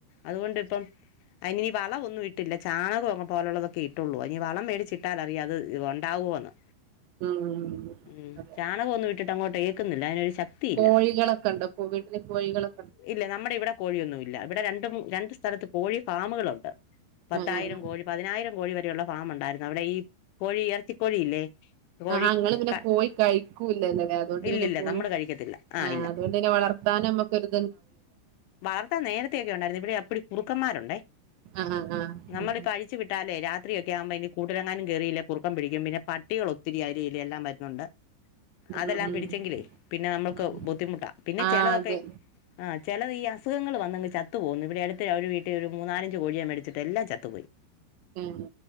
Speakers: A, on the left; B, on the right.
A: അതുകൊണ്ടിപ്പം, അതിനിനീ വളവൊന്നും ഇട്ടില്ല ചാണകങ് പോലുള്ളതൊക്കെ ഇട്ടുള്ളൂ. ഇനി വളം മേടിച്ചിട്ടാലറിയാം അത് ഒണ്ടാവോന്ന്
B: ഉം
A: ഉം
B: അതെ
A: ചാണകമൊന്നും ഇട്ടിട്ട് അങ്ങോട്ട് ഏക്കുന്നില്ല അയ്നൊരു ശക്തിയില്ല.
B: കോഴികളൊക്കെ ഉണ്ടോ വീട്ടില് കോഴികള്
A: ഇല്ല നമ്മുടെ ഇവിടെ കോഴിയൊന്നുല്ല ഇവിടെ രണ്ട് രണ്ട് സ്ഥലത്ത് കോഴി ഫാമുകളുണ്ട്. പത്തായിരം
B: ആഹ് ആഹ്
A: കോഴി പതിനായിരം കോഴി വരെയുള്ള ഫാമുണ്ടായിരുന്നു അവിടെ ഈ കോഴിയെർ ച്ചി കോഴിയില്ലേ കോഴി
B: ആഹ് ആഹ് ഇങ്ങള് പിന്നെ
A: ക
B: കോഴി കഴിക്കൂല്ലല്ലോല്ലേ അതുകൊണ്ട്
A: ഇല്ലില്ല
B: പിന്നെ കോഴി
A: നമ്മള് കഴിക്കത്തില്ല ആഹ്
B: ആഹ്
A: ഇല്ല
B: അതുകൊണ്ട് ന്നെ വളർത്താനും നമ്മക്കൊരു
A: വളർത്താൻ നേരത്തെയൊക്കെ ഉണ്ടായിര്ന്നു ഇവിടെ എപ്പടി കുറുക്കന്മാരുണ്ടേ
B: ആഹ് ആഹ് ആഹ്
A: നമ്മളിപ്പോ
B: ഉം
A: അഴിച്ചു വിട്ടാലേ രാത്രിയൊക്കെ ആവുമ്പോ ഇനി കൂട്ടിലെങ്ങാനും കേറിയില്ലേ കുറുക്കം പിടിക്കും പിന്നെ പട്ടികൾ ഒത്തിരി അതിലേ ഇതിലേം എല്ലാം വരുന്നുണ്ട്.
B: ഉം
A: അതെല്ലാം പിടിച്ചെങ്കിലേ പിന്നെ നമ്മൾക്ക്
B: ഉം ഉം
A: ബുദ്ധിമുട്ടാ പിന്നെ
B: ആഹ്
A: ചെലതൊക്കെ
B: അതെ
A: ചെലത് ഈ അസുഖങ്ങൾ വന്നങ്ങ് ചത്തു പോവുന്നു. ഇവിടെ അടുത്ത് ഒരു വീട്ടിൽ ഒരു മൂന്നാലഞ്ച് കോഴിയെ മെടി ച്ചിട്ടെല്ലാം ചത്തുപോയി.
B: ഉം